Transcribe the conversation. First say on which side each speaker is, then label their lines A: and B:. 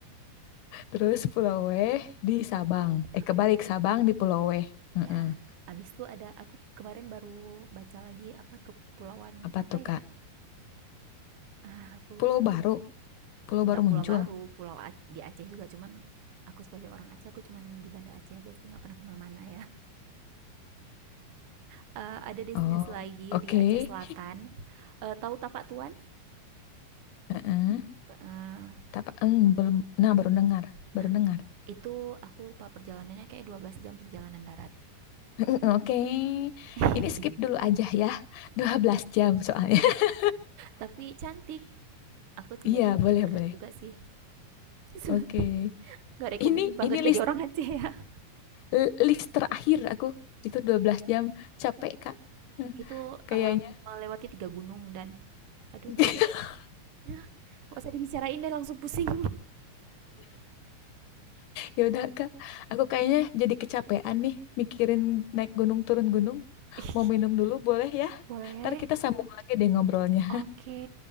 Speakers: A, on the left; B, on the right.
A: Terus Pulau Weh di
B: Tahu,
A: Sabang.
B: eh.
A: Eh kebalik Sabang di Pulau Weh. Mm-mm.
B: ya abis itu ada aku kemarin baru baca lagi apa kepulauan
A: Apa
B: apa
A: tuh
B: ya?
A: Kak?
B: Ah, aku
A: Pulau
B: lupa.
A: Baru, Pulau
B: Enggak
A: Baru muncul.
B: pulau baru, pulau Ac- di Aceh juga cuman aku sebagai orang Aceh aku cuman di Banda Aceh aja sih nggak pernah kemana-mana ya. Eh, ada destinasi
A: Oh,
B: lagi
A: oke.
B: di Aceh Selatan. Eh, tahu Tapak Tuan?
A: <laughs> Heeh.
B: Eh,
A: Tapi eng belum. Nah baru dengar,
B: nah,
A: baru dengar.
B: itu aku lupa perjalanannya kayak 12 jam perjalanan darat.
A: <laughs> Oke,
B: <laughs>
A: ini skip dulu aja ya. dua belas jam soalnya. <laughs>
B: Tapi cantik. Aku lihatnya
A: Iya,
B: di
A: boleh,
B: internet
A: boleh.
B: juga sih. <laughs>
A: Oke.
B: Gak rekomen
A: Ini
B: banget
A: ini list
B: jadi orang Aceh ya
A: l- list terakhir aku itu dua belas jam capek Kak. Hmm,
B: Itu,
A: Kayaknya.
B: eee, melewati 3 gunung dan aduh
A: <laughs>
B: Masya Allah. Yah, nggak usah dibicarain deh langsung pusing.
A: Ya udah Kak, aku kayaknya jadi kecapean nih mikirin naik gunung turun gunung.
B: <laughs> Ih,
A: Mau minum dulu boleh ya?
B: Boleh?
A: Ntar kita sambung lagi deh ngobrolnya.
B: Oke